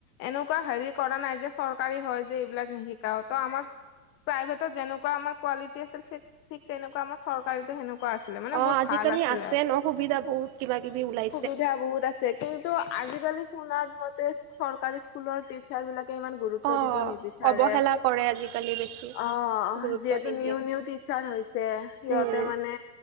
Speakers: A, on the left; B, on the right.
A: এনেকোৱা হেৰি কৰা নাই যে চৰকাৰী হয় যে এইবিলাক নিশিকাও ত আমাৰ প্ৰাইভেটত যেনেকোৱা আমাৰ কোৱালি টি আছিল ঠিক তেনেকোৱা আমাৰ চৰকাৰীতো সেনেকোৱা আছিলে মানে
B: অ',
A: বহুত
B: আজিকালি
A: ভাল আছিলে।
B: আছে ন' সুবিধা বহুত। কিবা কিবি ওলাই
A: সুবিধা বহুত আছে কিন্তু আজিকালি শুনাত মতে চৰকাৰী স্কুলৰ টিচাৰ বিলাকে ইমান গুৰুত্ব
B: অ',
A: দিব নিবিচাৰে
B: অৱহেলা কৰে আজিকালি বেছি
A: অ
B: গুৰুত্ব
A: যিহেতু
B: নিদিয়ে।
A: নিউ নিউ টিচাৰ হৈছে সিহঁতে
B: উম,
A: মানে